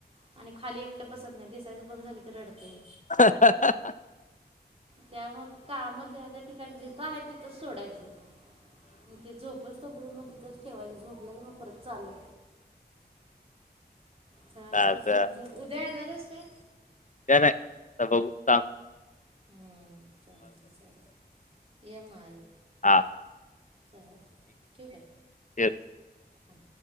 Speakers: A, on the right; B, on the left.
A: आणि खाली एकटं बसत नाही दिसायचं बंद झालं की रडते.
B: हाहाहा.
A: त्यामुळं मग काम ज्या त्या ठिकाणी जिथं आहे तिथंच सोडायचं. म ते झोपू स्तो <unintelligible> मग ठेवायची झोपलं की मग परत चालू. चालतंय
B: चालत
A: झोप झोप उद्या येणार येस काय.
B: काय नाही बघू थांब.
A: हम चालते चालते ये मग आला
B: आ.
A: चालतंय ठू काय.
B: ठीक
A: हम.